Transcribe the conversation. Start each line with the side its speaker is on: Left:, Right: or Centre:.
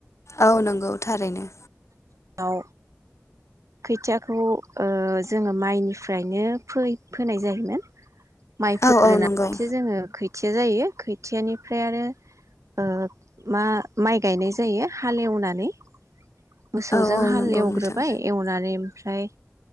Left: औ नंगौ थारैनो।
Right: नाव खोथियाखौ ओ जोंङो माइनिफ्रायनो फोय-फोनाय जायोमोन। माइ फोरोनासो
Left: औ औ नंगौ
Right: जोंङो खै थिया जायो। खोथियानिफ्राय आरो ओ मा-माइ गायनाय जायो हालेवनानै। मोसौजों
Left: औ औ
Right: हाल
Left: नंगौ
Right: एवग्रोबाय
Left: नोंथां
Right: एवनानै ओमफ्राय